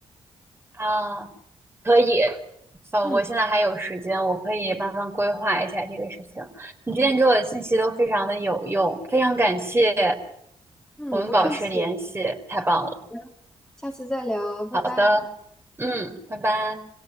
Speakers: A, on the right; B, in the centre.
A: 啊。可以，哦，
B: 嗯
A: 我现在还有时间，我可以慢慢规划一下这个事情。你今天给我的信息都非常的有用，非常感谢，
B: 嗯，
A: 我们保持联系，
B: 不客气，
A: 太棒了。
B: 嗯下次再聊，拜拜。
A: 好的，嗯，拜拜。